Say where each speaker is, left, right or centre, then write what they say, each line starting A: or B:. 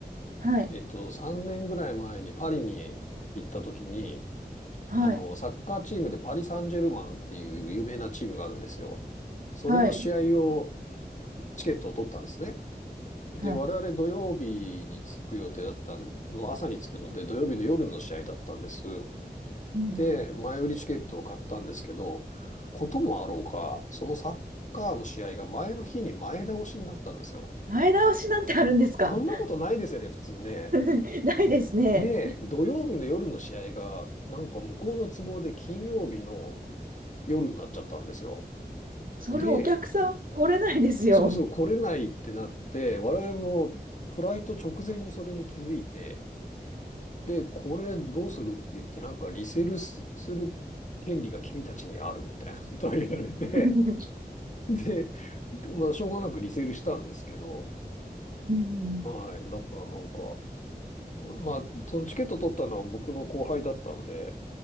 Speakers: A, on the right; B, on the left.
A: はい。
B: えっと、3年ぐらい前にパリに行った時に、
A: はい。
B: あの、サッカーチームでパリ・サンジェルマンっていう有名なチームがあるんですよ。それの試合を、
A: はい。
B: チケットを取ったんですね。で、
A: はい。
B: 我々土曜日に着く予定だったの、朝に着くので、土曜日の夜の試合だったんです。
A: うん。
B: で、前売りチケットを買ったんですけど、こともあろうか、そのサッカーの試合が前の日に前倒しになったんですよ。
A: 前倒しなんてあるんですか
B: そんなことないですよね、普通ね。
A: <laughs> ないですね。
B: ねえ、土曜日の夜の試合が、なんか向こうの都合で金曜日の夜になっちゃったんですよ。
A: それお客さん来れないですよ。
B: で、そうそう、来れないってなって、我々もフライト直前にそれに気づいて、で、これどうするって言って、なんかリセールすする権利が君たちにあるみたいな <laughs> ことを言われて、
A: <laughs>
B: で、まあ、しょうがなくリセールしたんですけど、
A: うん。
B: はい。だからなんか、まあ、そのチケット取ったのは僕の後輩だったんで、